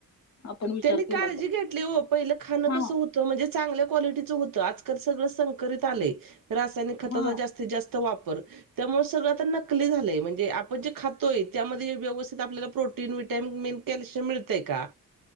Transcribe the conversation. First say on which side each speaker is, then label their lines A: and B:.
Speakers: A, on the left (about 50°); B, on the right (about 75°).
A: आपण विचार
B: त्यांनी
A: केला
B: काळजी
A: तर
B: घेतली ओ पहिले खाणं
A: हा
B: कसं हो तं, म्हणजे चांगल्या क्वालिटीचं होतं, आजकाल सगळं संकरित आलेयं रासायनिक खताच
A: हा
B: जास्तीत- जास्त त वापर त्यामुळे सगळं आता नकली झालंय म्हणजे आपण जे खातोय, त्यामध्ये व्यवस्थित आपल्याला प्रोटीन- विटॅमिन कॅल्शियम मिळतंय का?